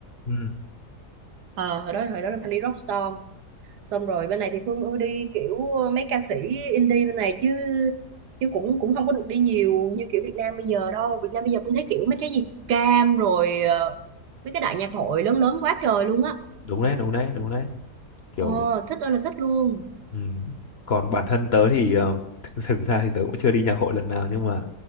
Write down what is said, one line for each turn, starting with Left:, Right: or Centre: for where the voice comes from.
Left: Ừ,
Right: Ờ, hồi đó hồi đó là Phương đi Rockstorm xong rồi bên này thì Phương ưa đi kiểu ờ, mấy ca sĩ indie bên này chứ chứ cũng cũng không có được đi nhiều như kiểu Việt Nam bây giờ đâu Việt Nam bây giờ Phương thấy kiểu mấy cái gì cam rồi ờ, mấy cái đại nhạc hội lớn lớn quá trời luôn á
Left: đúng đấy, đúng đấy, đúng đấy. Kiểu
Right: ờ, thích ơi là thích luôn
Left: ừ. còn bản thân tớ thì ờ, <laughs> thực thực ra thì tớ cũng chưa đi nhạc hội lần nào nhưng mà